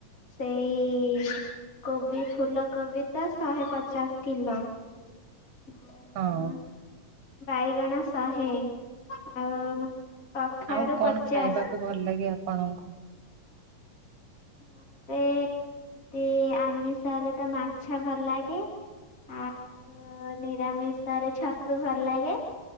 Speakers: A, on the left; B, on the right.
A: ସେଇ କୋବି, ଫୁଲ କୋବି ତା, ଶହେ ପଚାଶ କିଲୋ। ଆଉ
B: ହଁ।
A: ବାଇଗଣ ଶହେ। ଆଉ କଖାରୁ
B: ଆଉ କଣ
A: ପଚାଶ।
B: ଖାଇବାକୁ ଭଲ ଲାଗେ ଆପଣଙ୍କୁ?
A: ମତେ ଏମିତି ଆମିଷରେ ତ ମାଛ ଭଲ ଲାଗେ। ଆଉ ନିରାମିଷରେ ଛତୁ ଭଲ ଲାଗେ।